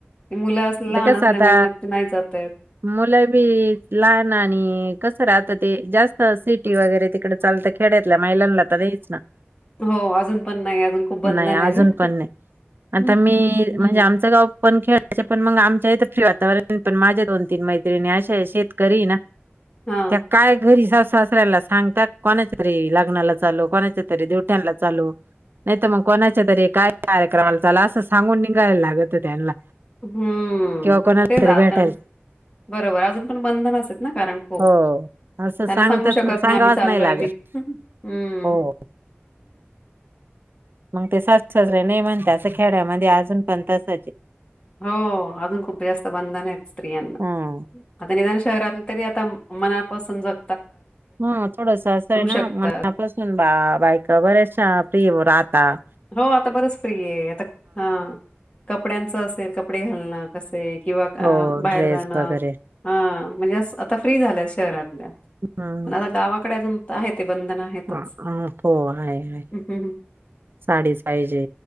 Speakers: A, on the left; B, on the right.
A: मुलं अस लहान
B: ते कस
A: असल्यामुळे
B: आता
A: मग ते नाही जाता येत
B: मुलं बी लहान आणि कसं रहात ते. जास्त सिटी वगैरे तिकडे चालतं खेड्यातल्या महिलांला तर यायलाच लागत.
A: हो अजून पण नाही. अजून खूप बंधन
B: नाही
A: आहे
B: अजून
A: ना.
B: पण नाही आता
A: हम्म.
B: मी म्हणजे आमचं गाव पण खेळाय <unintelligible> पण मग आमच्या इथ फ्री वातावरण. पण माझ्या दोन-तीन मैत्रिणी अश्या शेतकरी ना.
A: हा
B: त्या कायम घरीच असतात. सासऱ्याला सांगतात. कोणाच्या तरी लग्नाला चालो. कोणाच्या तरी देवठ्यांना चालो. नाही तर मग कोणाच्या तरी. काय कार्यक्रमाला चालो. असं सांगून निघायला लागत त्यांना
A: हम्म.
B: किंवा कोणाला
A: ते जा
B: तरी भेटायला
A: कारण बरोबर आहे. अजून पण बंधन असत्यात ना कारण खूप
B: हो असं
A: त्यांना
B: सांगताच
A: सांगू शकत
B: सांगावंच
A: नाही आम्ही चाललोय
B: लागत
A: मी हम्
B: हो मग ते सासू-सासरे नाही म्हणत्यात. असं खेड्यामध्ये अजून पण तसच आहे.
A: हो अजून खुप जास्त बंदन आहेत स्त्रियायांना.
B: हम्म
A: आता निधान शहरात तरी आता मनापासून जग
B: हा थोडस असं आहे ना.
A: शकतात
B: मनापासून बा बायका बऱ्याचशा फ्री राहतात. हा.
A: हो आता बरच फ्री आहे. आता ह कपड्यांचं अस. कपडे घालणं कसे. किंवा
B: हो
A: बाहेर
B: ड्रेस
A: जाणं.
B: वगैरे.
A: हा म्हणजे आता फ्री झालय शहरातल्या.
B: हं,
A: पण आता गावाकडे अजून. आहे ते बंधन आहेतच
B: अ प आयय <unintelligible>
A: पाहिजे
B: साडीच पाहिजे